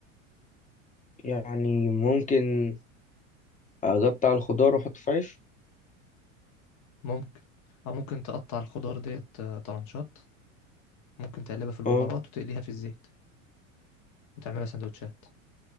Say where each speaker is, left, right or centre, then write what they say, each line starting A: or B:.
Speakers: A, on the left (about 20°); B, on the left (about 50°).
A: يعني ممكن اقطع الخضار واحطه في عيش
B: ممكن او ممكن تقطع الخضار ديت آه، طرنشات ممكن تقلبها في البهارات
A: اه
B: وتقليها في الزيت وتعملها سندوتشات